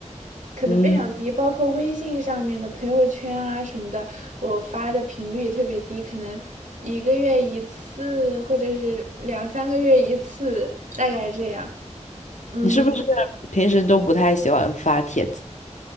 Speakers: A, on the right; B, on the left.
A: 可能非常嗯低，
B: 嗯，
A: 包括微信上面的朋友圈啊什么的，我发的频率也特别低，可能一个月一次，或者是两三个月一次，大概这样。嗯，
B: 你是不是平时都不太喜欢发帖子？